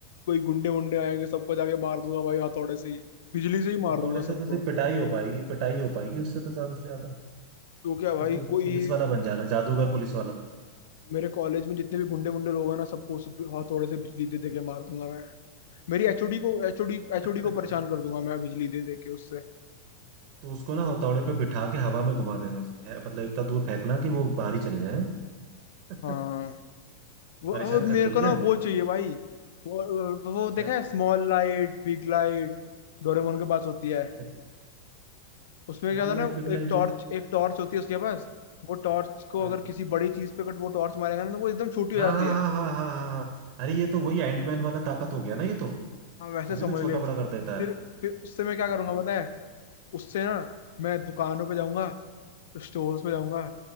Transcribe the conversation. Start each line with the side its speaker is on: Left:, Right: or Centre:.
Left: कोई गुंडे वुंडे आएंगे सबको जाके मार दूंगा भाई हथौड़े से ही बिजली से ही मार
Right: हथौड़े
Left: दूंगा सबको
Right: से तो सिर्फ पिटाई हो पाएगी पिटाई हो पाएगी उससे तो ज्यादा से ज्यादा
Left: तो क्या भाई
Right: तो तू
Left: कोई
Right: पुलिस
Left: ये
Right: वाला बन जाना जादूगर पुलिस वाला
Left: मेरे कॉलेज में जितने भी गुंडे वुंडे लोग हैं ना सबको सब हथौड़े से बिजली दे दे के मार दूंगा मैं मेरी एचओडी को एचओडी एचओडी को
Right: <laughs>
Left: परेशान कर दूंगा मैं बिजली दे दे के उससे
Right: तो उसको ना हथौड़े पे बिठा के हवा में घुमा देना उसे फे- मतलब इतना दूर फेंकना कि वो बाहर ही चले जाए <laughs>
Left: हाँ वो
Right: परेशान
Left: और मेरे
Right: करती
Left: को
Right: है क्या
Left: ना वो चाहिए भाई वो वो देखा
Right: क्या
Left: है small light big light Doraemon के पास होती है
Right: ये क्या चीज
Left: उसमें
Right: स्मॉल
Left: क्या था ना
Right: लाइट बिग
Left: एक
Right: लाइट
Left: टॉर्च
Right: ये
Left: एक टॉर्च होती है उसके पास वो टॉर्च को
Right: हाँ
Left: अगर किसी बड़ी चीज पे अगर वो टॉर्च मारेगा ना तो वो एकदम छोटी
Right: हाँ
Left: हो जाती
Right: हाँ
Left: है
Right: हाँ हाँ हाँ हाँ हाँ। अरे ये तो वही एंटमैन वाला ताकत हो गया ना ये तो
Left: हाँ वैसे
Right: वो
Left: समझ
Right: भी तो छोटा
Left: ले फिर
Right: बड़ा कर देता है
Left: फिर उससे मैं क्या करूंगा
Right: हाँ
Left: पता है उससे ना मैं दुकानों पे जाऊंगा स्टोर्स पे जाऊंगा